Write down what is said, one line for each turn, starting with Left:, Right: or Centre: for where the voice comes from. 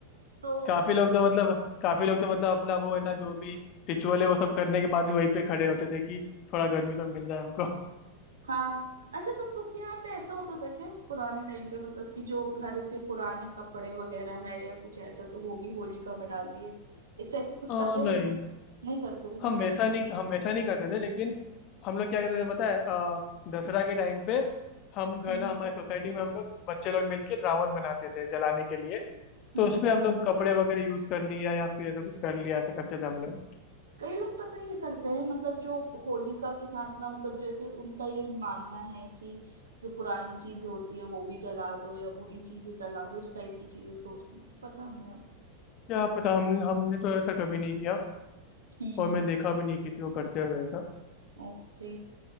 Right: तो
Left: काफी लोग तो मतलब काफी लोग तो मतलब अपना वो है ना जो भी रिचुअल है वो सब करने के बाद भी वहीं पे खड़े होते थे कि थोड़ा गर्मी तो मिल जाए हमको
Right: हाँ अच्छा तुम लोग के यहाँ पे ऐसा होता था क्या पुराने टाइम पे मतलब कि जो घर के पुराने कपड़े वगैरह है या कुछ ऐसा तो वो भी होलिका में डाल दिए इस टाइप का कुछ
Left: <laughs> आ,
Right: करते
Left: नहीं
Right: थे क्या नहीं करते थे
Left: हम ऐसा नहीं हम ऐसा नहीं करते थे लेकिन हम लोग क्या करते थे पता है अ, दसरा के टाइम पे हम घर
Right: हम्म
Left: ना हमारे सोसाइटी में हम लोग बच्चे लोग मिलके रावण बनाते थे जलाने के लिए तो
Right: हम्म
Left: उसमें
Right: हम्म।
Left: हम लोग कपड़े वगैरह यूज कर लिया या फिर ऐसा कुछ कर लिया ऐसा करते थे हम लोग
Right: कई लोग पता है ये करते हैं मतलब जो होलिका के साथ ना मतलब जैसे उनका ये मानना है कि जो पुरानी चीजें होती है वो भी जला दो या बुरी चीजें जला दो इस टाइप की चीजें सोचते हैं पता नहीं अब
Left: क्या पता हम हमने तो ऐसा कभी नहीं किया
Right: हम्म
Left: और मैं देखा भी नहीं किसी को करते हुए ऐसा
Right: ओके